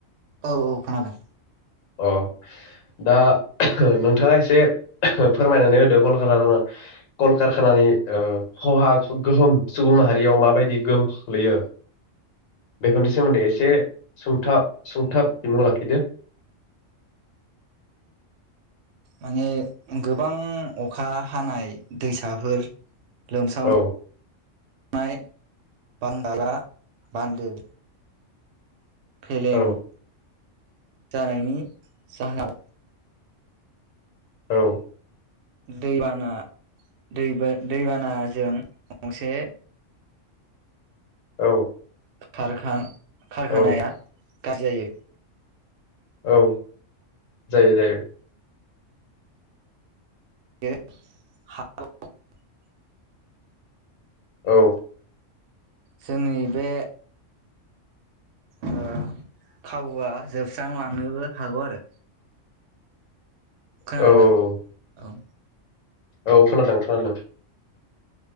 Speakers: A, on the right; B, on the left.
A: औ औ खोनादों
B: अ दा नोंथाङा एसे फोरमायनानै होदो कलका कलकारखानानि खहा गोहोम सुबुं माहारियाव माबायदि गोहोम खोखलैयो बेफोरनि सोमोन्दै एसे सथाब सुंथाब बिमुं लाखिदो
A: माने गोबां अखा हानाय दैसाफोर लोमसाव
B: औ
A: नाय बांगाला बान्दो फेलें
B: औ
A: जानायनि जाहोनाव
B: औ
A: दैबाना दै दैबानाजों गंसे
B: औ
A: <unintelligible> खारखानाया
B: औ
A: गारजि जायो
B: औ जायो जायो
A: <unintelligible>
B: औ
A: जोंनि बे ओ खाबुआ जोबस्रांलांनोबो हागौ आरो खोनादों
B: औ
A: दा
B: औ
A: औ
B: औ खोनादों खोनादों